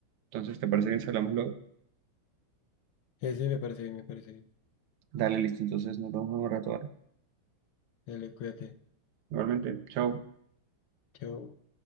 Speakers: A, on the right; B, on the left.
A: Entonces, ¿te parece bien si hablamos luego?
B: eh, sí, me parece bien, me parece bien.
A: Dale, listo. Entonces nos vemos en un rato, ¿vale?
B: Dale, cuídate.
A: Igualmente, chao.
B: Chao.